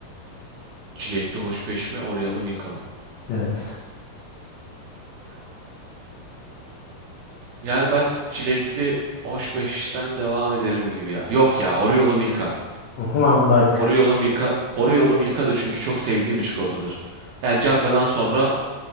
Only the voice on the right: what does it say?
Çilekli hoşbeş mi? Oryalı Miko mu?
Yani ben çilekli hoşbeşten devam ederim gibi ya. Yok ya. Oreo'lu Milka.
Oreo'lu Milka. Oreo'lu Milka da çünkü çok sevdiğim bir çikolatadır. Yani Canga'dan sonra